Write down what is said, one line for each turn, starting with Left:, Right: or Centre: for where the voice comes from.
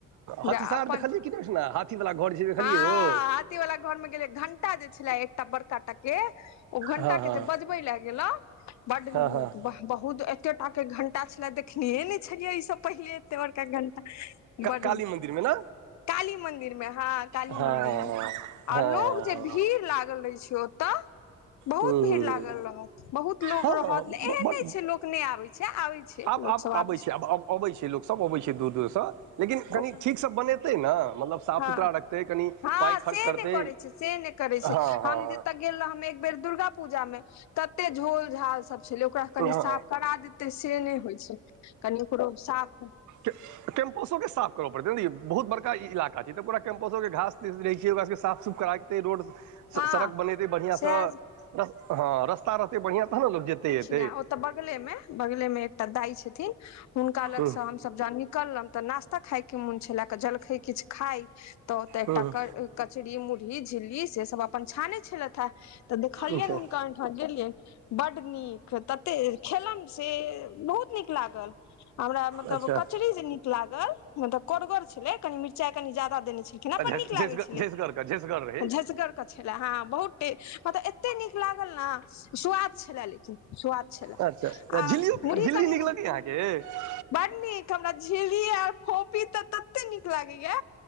Right: हथसार
Left: जा अपन
Right: देखलियै कि वला घर जे छै देखलियै
Left: हँ
Right: ओ
Left: हाथी वाला घर मे गेलै घंटा जे छलै एकटा बड़का टाकए ओ घंटा
Right: हँ
Left: के
Right: हँ
Left: जे बजबे लए गेलउ बड
Right: हँ
Left: नीक
Right: हँ
Left: बाह बहुत कते टा के घंटा छले देखनए ने छलियै ई सब पहिले एते बड़का घनटा ब
Right: काली मन्दिरमे ने
Left: काली मंदिर में हा मन्दिर
Right: हँ हँ
Left: मे
Right: हँ
Left: आ लोग जे भीड़ लागल रहै छै ओतऽ बहुत
Right: हूँ
Left: भीड़
Right: हूँ
Left: लागल रहत बहुत लोग
Right: हँ
Left: रहत
Right: हँ
Left: एहन
Right: बड
Left: नहि छै लोक नहि आबे छै आबे छै
Right: आब
Left: लोक
Right: आब अबै
Left: सब आबै
Right: छै आ अबै छै लोक सब अबै छै दूर दूर से लेकिन कनि
Left: ओ सब
Right: ठीकसँ बनेतै ने मतलब साफ
Left: हँ
Right: सुथरा रखतै कनि
Left: हँ
Right: पाइ खर्च
Left: से
Right: करतै
Left: नहि करै छै से नहि करै छै
Right: हँ हँ
Left: हम जतऽ गेल रहौ बेर दुर्गा पूजा में कते झोल झाल सब छलै ओकरा कनि
Right: हँ
Left: साफ करा देतै से नहि होइ छै कनि ओकरो साफ
Right: कैंपसो के साफ करऽ पड़तै बहुत बड़का ई इलाका गाछ त पूरा केम्पसोके घास द रहै छै ओकरराके साफ कराखतै रोड
Left: हँ
Right: सड़क बनेतै बढ़िया
Left: सएह
Right: से हँ रस्ता रहते बढ़िया तह ने लोक जेतै ए
Left: ने ओ त बगले मे बगले मे एकटा दाई छथिन हुनका लग
Right: हूँ
Left: से हमसब जहन निकलन त ना क्ता खायके मोन छलै क जलखै किछु खाइ तऽ ओतऽ एकटा
Right: हूँ हूँ
Left: कचरी मुरही झिल्ली से सब अपन छानै छलथि हे तऽ देखखलियए
Right: अच्छा
Left: ने गेलियै बढ़ नीक तते खेलम से बहुत नीक लागल हमरा मतलब
Right: अच्छा
Left: कचड़ी जे नीक लागल मतलब करगर छले कनी मिरचाई कनी जदा देने नीक
Right: झसगर
Left: लागै छल
Right: झसगर के झसगर रहै
Left: ह झसगर के छल ह बहुत मतलब एत्तै न लागल ना स्वाद छलै लेकिन छला
Right: अच्छा
Left: आ
Right: झिल्लियो
Left: मुरी
Right: झिल्ली
Left: कनि
Right: नीक लगैए अहाँके
Left: बड़ नीक हमरा झिल्ली आर फोपी तऽ तत्तै नीक लागैया